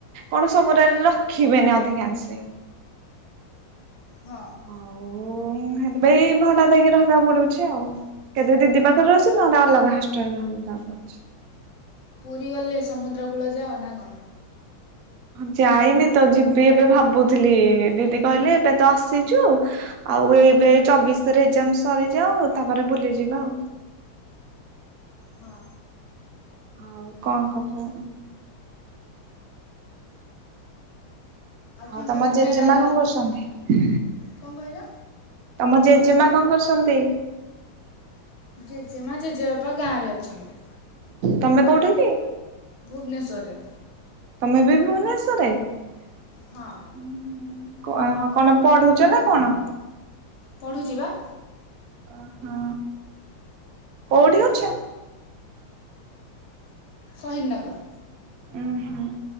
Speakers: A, on the right (about 65°); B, on the left (about 75°).
A: କଣ ସବୁୁର ରଖିବେନି ଅଧିକାଂଶ।
B: ହଁ
A: ଆଉ ହେଲେବି ଭଣ୍ଡା ଦେଇକି ରହିବାକୁ ପଡୁଛି ଆଉ କେବେ ଦିଦି ପାଖରେ ଅଛି ନ ଅଲଗା ହଷ୍ଟେଲେରେ ରହିବାକୁ ପଡୁଛି।
B: ପୁରୀ ଗଲେ ସମୁଦ୍ର କୂଳ ଯାଅ ନା କଣ।
A: ଯାଇନି ତ ଯିବି ଏବେ ଭାବୁଥିଲି ଦିଦି କହିଲେ ଏବେ ତ ଆସିଛୁ ଆଉ ଏବେ ଚବିଶରେ ଏଜାମ ସରିଯାଉ ତାପରେ ବୁଲି ଯିବା ଆଉ।
B: ହଁ
A: ଆଉ କଣ କରଛ
B: ଖଣ୍ଡଗିରି
A: ଆଉ ତମ
B: ଗିରି
A: ଜେଜେମା
B: ମେଳା
A: କଣ କରୁଛନ୍ତି
B: କଣ କହିଲ?
A: ତମ ଜେ ଜେଜେମା କଣ କରୁଛନ୍ତି।
B: ଜେଜେମା ଜେଜେବାପା ଗାଁ ରେ ଅଛନ୍ତି।
A: ତମେ କୋଉଠି କି।
B: ଭୁବନେଶ୍ୱରରେ।
A: ତମେ ବି ଭୁବନେଶ୍ଵରରେ।
B: ହଁ
A: <unintelligible> ପଢୁଚ ନା କଣ।
B: ପଢ଼ୁଛି ବା।
A: ଓ ହୋ କୋଉଠି ଅଛ।
B: ସହିଦ୍ ନଗର।
A: ଉହୁଁ